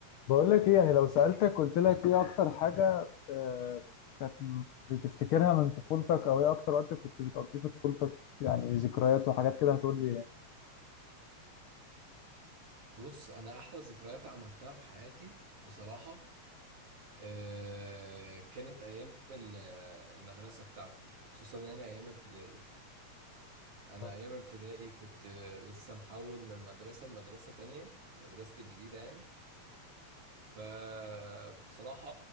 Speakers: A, on the left (about 90°); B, on the right (about 50°).
A: بقول لك ايه يعني لو سألتك قلت لك ايه اكتر حاجة آه، كانت م- بتفتكرها من طفولتك او ايه اكتر وقت كنت بتقضيه في طفولتك يعني ذكريات وحاجات كده هتقول لي إيه؟
B: بص انا احلى ذكريات عملتها في حياتي بصراحه آه، كانت ايام ال- المدرسه بتاعتي وخصوصا يعني ايام ابتدائي انا
A: آه.
B: ايام ابتدائي كنت آه، لسه محول من مدرسه لمدرسه تانية مدرستي الجديده يعني فبصراحه